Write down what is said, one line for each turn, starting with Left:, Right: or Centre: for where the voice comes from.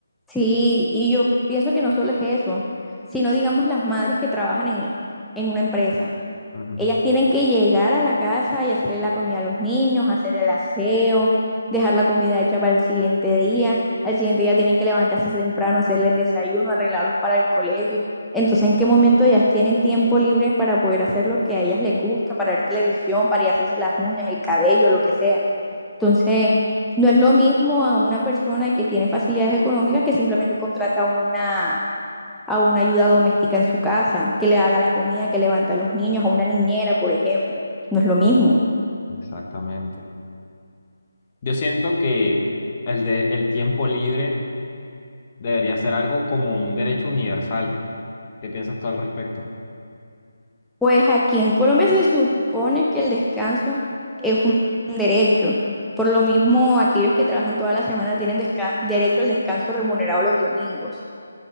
Centre: sí, y yo pienso que no solo es eso, sino digamos las madres que trabajan en, en una empresa.
Left: Ujú,
Centre: Ellas tienen que llegar a la casa y hacerle la comida a los niños, hacer el aseo, dejar la comida hecha para el siguiente día. Al siguiente día tienen que levantarse temprano, hacerles desayuno, arreglarlos para el colegio. Entonces, ¿en qué momento ellas tienen tiempo libre para poder hacer lo que a ellas les gusta, para ver televisión, para ir a hacerse las uñas, el cabello, lo que sea? Entonces, no es lo mismo a una persona que tiene facilidades económicas que simplemente contrata una a una ayuda doméstica en su casa, que le haga la comida, que levante a los niños, a una niñera, por ejemplo. No es lo mismo.
Left: Exactamente. Yo siento que el de el tiempo libre debería ser algo como un derecho universal. ¿Qué piensas tú al respecto?
Centre: Pues aquí en Colombia se supone que el descanso es un derecho. Por lo mismo, aquellos que trabajan toda la semana tienen desca- derecho al descanso remunerado los domingos.